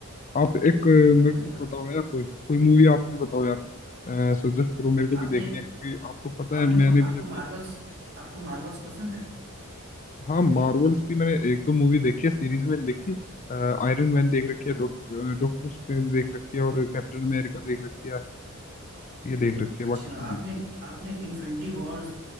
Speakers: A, on the left; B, on the right.
A: आप एक
B: मुझे
A: अ,
B: देखना
A: मेरे
B: पड़ेगा
A: को बताओ यार कोई कोई मूवी आप भी बताओ यार सजेस्ट करो मेरे को
B: आपने
A: भी देखनी है क्योंकि आपको पता
B: आपने
A: है मैंने
B: आपको
A: भी अभी
B: मार्वल्स आपको मार्वल्स पसंद है
A: हाँ मार्वल्स की मैंने एक दो मूवी देखी है सीरीज में देखी आयरन मैन देख रखी है डॉक, डॉक्टर स्ट्रेंज देख रखी है और कैप्टन अमेरिका देख रखी है ये देख रखी
B: अच्छा
A: है बाकी तो
B: आपने
A: नहीं देखी
B: आपने Infinity Wars